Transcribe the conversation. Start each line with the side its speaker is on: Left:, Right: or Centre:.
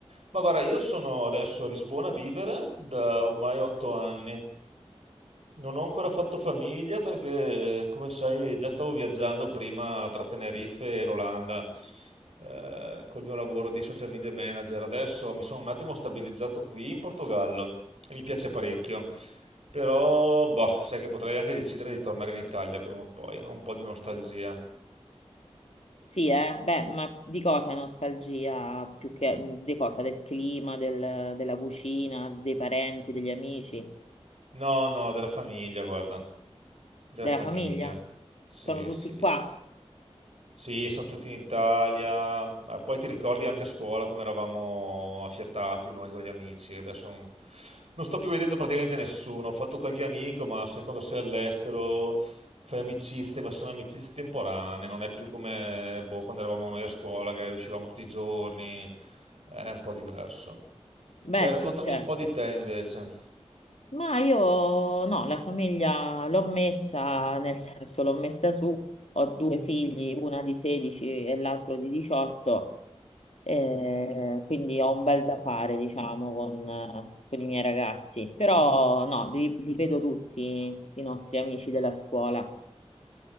Right: Ma guarda, io sono adesso a Lisbona a vivere da ormai otto anni. Non ho ancora fatto famiglia perché, come sai, già stavo viaggiando prima tra Tenerife e l'Olanda eh, col mio lavoro di social media manager. Adesso mi sono un attimo stabilizzato qui in Portogallo e mi piace parecchio. Però, boh, sai che potrei anche decidere di tornare in Italia prima o poi. Ho un po' di nostalgia.
Left: Sì, eh, beh, ma di cosa è nostalgia più che mhmm, di cosa? Del clima, del- della cucina, dei parenti, degli amici,
Right: No, no, della famiglia, guarda. Della
Left: della
Right: famiglia.
Left: famiglia?
Right: Sì,
Left: Sono tutti
Right: sì.
Left: qua?
Right: Sì, sono tutti in Italia, ma poi ti ricordi anche a scuola come eravamo affiatati noi con gli amici, adesso non, non sto più vedendo praticamente nessuno, ho fatto qualche amico, ma se quando sei all'estero fai amicizie, ma sono amicizie temporanee, non è più come boh, quando eravamo noi a scuola che uscivamo tutti i giorni, è un po' diverso.
Left: Beh,
Right: Dai, raccontami
Left: sì, certo.
Right: un po' di te invece.
Left: Ma io no, la famiglia l'ho messa, nel senso l'ho messa su, ho due figli, una di 16 e l'altro di 18, eh, quindi ho un bel da fare, diciamo, con, eh, con i miei ragazzi. Però no, li, li vedo tutti i nostri amici della scuola.